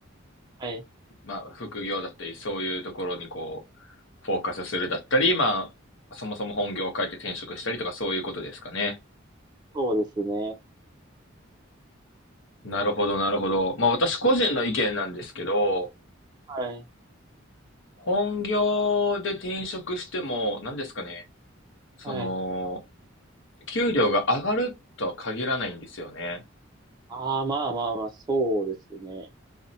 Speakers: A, on the right (about 20°); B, on the left (about 65°).
A: はい。
B: まあ、副業だったり、そういうところにこう、フォーカスするだったり、まあ、そもそも本業を変えて転職したりとか、そういうことですかね。
A: そうですね。
B: なるほど、なるほど。まあ、私個人の意見なんですけど、
A: はい。
B: 本業で転職しても、何ですかね、その、
A: はい。
B: 給料が上がるとは限らないんですよね。
A: ああ、まあまあまあ、そうですね。